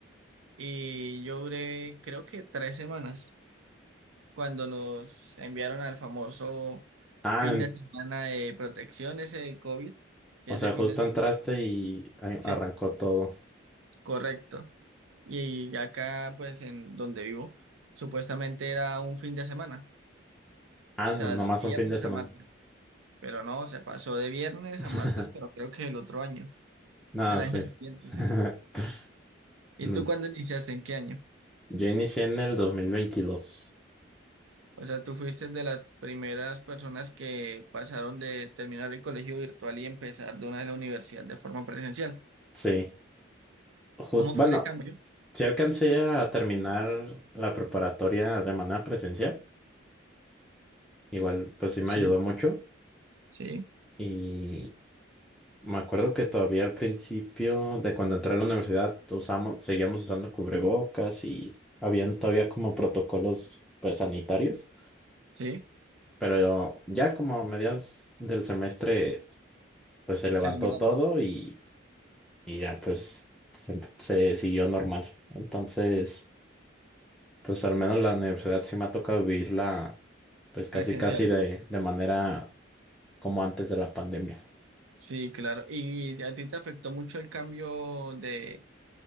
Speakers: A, on the right; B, in the centre.
A: Y yo duré, creo que tres semanas, cuando nos enviaron al famoso
B: Ah,
A: fin
B: en-
A: de semana de protección, ese de COVID, que
B: o
A: ese
B: sea, justo
A: fin de semana.
B: entraste y a-
A: Sí,
B: arrancó todo.
A: correcto. Y acá, pues, en donde vivo, supuestamente era un fin de semana,
B: Ah,
A: o
B: no-
A: sea,
B: nomás
A: de viernes
B: un fin de semana.
A: a martes, pero no, se pasó de viernes
B: <laughs>
A: a martes, pero creo que el otro año, <laughs>
B: Nada,
A: del año
B: sí.
A: siguiente,
B: <laughs>
A: sí. ¿Y
B: Mm,
A: tú cuándo iniciaste? ¿En qué año?
B: Yo inicié en el dos mil veintidós
A: O sea, tú fuiste de las primeras personas que pasaron de terminar el colegio virtual y empezar de una de la universidad de forma presencial.
B: Sí. Jus-
A: ¿Cómo
B: bueno,
A: fue ese cambio?
B: sí alcancé a terminar la preparatoria de manera presencial. Igual, pues sí me
A: Sí,
B: ayudó mucho.
A: sí,
B: y Me acuerdo que todavía al principio de cuando entré a la universidad usamos, seguíamos usando cubrebocas y habían todavía como protocolos pues sanitarios,
A: sí,
B: pero ya como a mediados del semestre pues se levantó
A: se eliminaron.
B: todo y, y ya pues se, se siguió normal. Entonces pues al menos la universidad sí me ha tocado vivirla pues casi
A: Presencial.
B: casi de, de manera como antes de la pandemia.
A: Sí, claro. ¿Y a ti te afectó mucho el cambio de